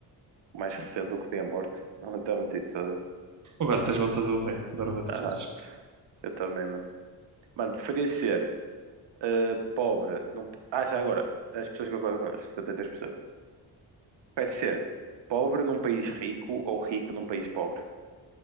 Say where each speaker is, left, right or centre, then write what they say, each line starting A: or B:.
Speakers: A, on the right; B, on the right.
A: Mais recente do que tinha morte. <laughs> Não, Literalmente isso. tá a ver?
B: O gato das botas é o rei. Adoro o gato
A: Aham,
B: das botas.
A: eu também, mano. Mano, preferias ser eh, pobre. Num... Ah, já agora, as pessoas que concordam connosco, 73%. Prefere ser pobre num país rico ou rico num país pobre?